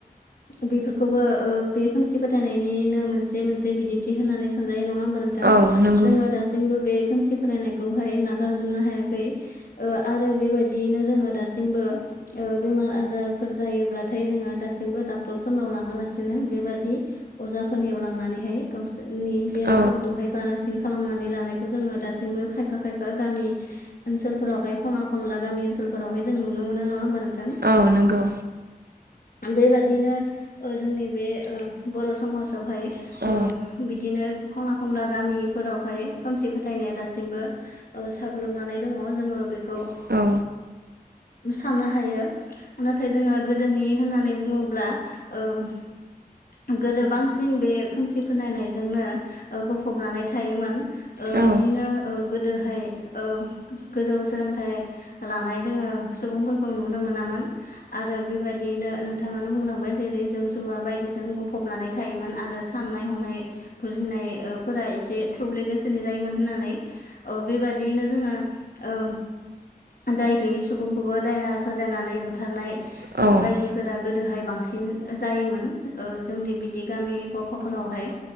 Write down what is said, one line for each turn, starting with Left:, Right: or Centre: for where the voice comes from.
Left: बेफोरखौबो बे खोमसि फोथायनायनिनो मोनसे मोनसे बिदिन्थि होननानै सानजायो नङा होमबा नोंथां
Right: औ नंगौ
Left: जोङो दासिमबो बे खोमसि फरायनायखौहाय नागारजोबनो हायाखै आरो बेबायदियैनो जोङो दासिमबो ओ बेमार आजारफोर जायोब्लाथाय जोङो दासिमबो डाक्टरफोरनाव लाङालासिनो बेबादि फुजाफोरनियाव लांनानैहाय गावसोरनि बेरामफोरखौहाय
Right: औ
Left: बारासिन खालामनानै लानायखौ जोङो दासिमबो खायफा खायफा गामि ओनसोलफोरावहाय खना खनला गामि ओन स्कुलफोरावहाय जों नुनो मोनो नङा होमबा नोंथां।
Right: औ नंगौ
Left: बेबादिनो जोंनि बे बर' समाजावहाय
Right: औ
Left: बिदिनो खनना खनला गामिफोरावहाय खोमसि फोथायनाया दासिमबो साग्लोबनानै दङ जोङो बेखौ
Right: औ
Left: साननो हायो नाथाय जोङो गोदोनि होननानै बुङोब्ला ओ गोदो बांसिन बे खोमसि फोननायनायजोंनो गफबनानै थायोमोन ओ
Right: औ
Left: बिदिनो
Right: औ
Left: ओ गोदोहाय ओ गोजौ सोलोंथाइ लानाय जोङो सुबुंफोरखौ नुनो मोनामोन आरो बेबायदियैनो नोंथाङानो बुंलांबाय जेरै जौ जुवा बायदिजों बुंफबनानै थायोमोन आरो साननाय हनाय बुजिनाय फोर एसे थौले गोसो नि जायोमोन होननानै बेबायादियैनो जोङो ओ दाय गोयै सुबुं खौबो दायना साजायनानै बुथारनाय
Right: औ
Left: बायदिफोरा
Right: औ
Left: गोदोहाय बांसिन जायोमोन जोंनि बिदि गामि गफाफोरावहाय